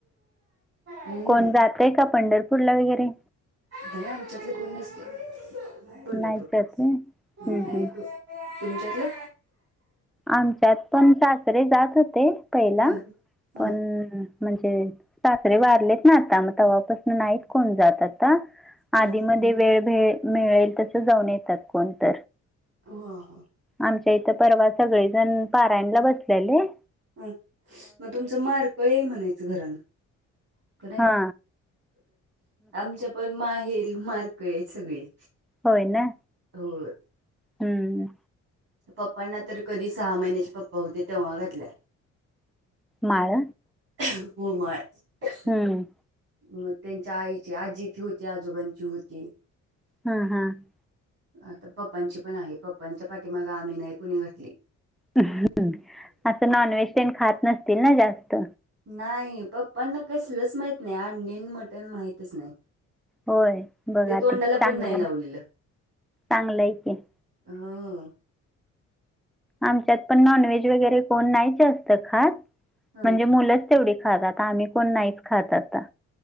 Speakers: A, on the right; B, in the centre.
A: हम्म
B: कोण जातय का पंढरपूरला वगैरे
A: द आमच्यातलं कोण नसत पंढरपूर
B: नाही जात व्हय
A: तुमच्यातलं
B: हम्म हम्म आमच्यात पण सासरे जात होते पहिला
A: ह ह
B: पण म्हणजे साखरे वारलेत ना आता मग तव्हापासून नाहीत कोण जात आता
A: ह
B: आधीमध्ये वेळ भ मिळेल तस जाऊन येतात कोणत
A: हां हां
B: आमच्या इथं परवा सगळेजण पारायणला बसलेले
A: हं मग तुमचं मारकळ आहे म्हणायचं घरानं का नाही
B: हा
A: आमच्या पण माहेरी मारकळे सगळी
B: होय ना
A: हो
B: हम्म.
A: पप्पांना तर कधी सहा महिन्याचे पप्पा होते तेव्हा घातला.
B: माळ.
A: <unintelligible> होय माळ. <unintelligible>
B: हम्म.
A: मग त्यांच्या आईची आजीची होती आजोबांची होती.
B: हम्म हम्म.
A: आता पप्पांची पण आहे पप्पांच्या पाठीमाग आम्ही नाही कुणी घटली.
B: <unintelligible> असं नॉन व्हेज टन खात नसतील ना जास्त.
A: नाही पप्पांना कसलंच माहित नाही अंडीन मटण माहितच नाही.
B: होय बघा
A: तोंडाला
B: ते चांगलं
A: पण नाही
B: आहे
A: लावलेलं
B: चांगलं आहे की.
A: <unintelligible>
B: आमच्यात पण नॉनव्हेज वगैरे कोण नाहीच असतं खास
A: ह
B: म्हणजे मुलंच तेवढ खात आम्ही कोण नाही खात आता आता